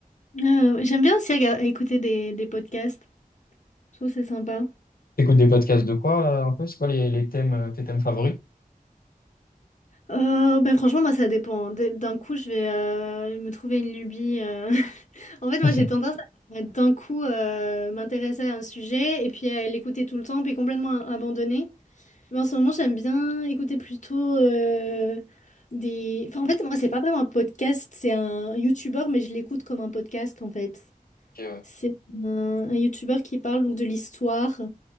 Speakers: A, on the left; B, on the left.
A: Euh, j'aime bien aussi rega- écouter des, des podcasts. Je trouve que c'est sympa.
B: T'écoutes des podcasts de quoi, euh, un peu? C'est quoi les, les thèmes, euh, tes thèmes favoris?
A: Euh, ben franchement, moi, ça dépend. D- D'un coup, je vais euh, me trouver une lubie. euh. <laughs> En fait, moi,
B: <laughs>
A: j'ai tendance à d'un coup euh, m'intéresser à un sujet et puis à l'écouter tout le temps, puis complètement a- abandonner. Mais en ce moment, j'aime bien écouter plutôt euh, des... Enfin, en fait, moi, c'est pas vraiment un podcast, c'est un YouTuber, mais je l'écoute comme un podcast, en fait.
B: Ok, ouais.
A: C'est un, un YouTuber qui parle donc de l'histoire